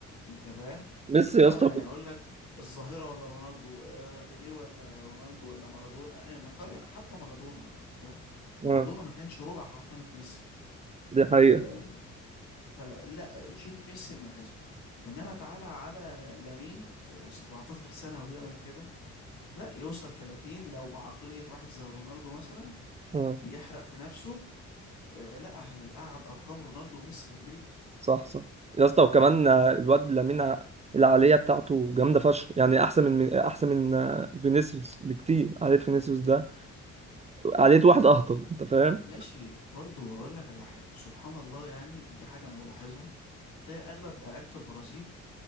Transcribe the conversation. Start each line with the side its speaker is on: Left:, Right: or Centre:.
Left: انت فاهم
Right: ميسي يا
Left: اه
Right: اسطى
Left: يعني اقول لك الظاهرة ولا رونالدو آه بيليه ولا رونالدو ولا مارادونا انا نقارن حتى مارادونا يعني انت فاهم مارادونا
Right: آه،
Left: ما كانش ربع حرفنة ميسي
Right: دي حقيقة
Left: آه فلا شيل ميسي من الحزب انما تعالى على لامين آه 17 سنة وبيعمل كده لا يوصل 30 لو بعقلية واحد زي رونالدو مثلا
Right: آه.
Left: بيحرق في نفسه آه لا هيقعد ارقام رونالدو وميسي في البيت
Right: صح صح يا اسطى وكمان آه، الواد لامين ع- العالية بتاعته جامدة فشخ يعني أحسن من من- أحسن من آه، فينيسيوس بكتير عالية فينيسيوس ده عالية واحد أهطل أنت فاهم؟
Left: ماشي برضه هقول لك على حاجة سبحان الله يعني دي حاجة أنا بلاحظها تلاقي أغلب لعيبة البرازيل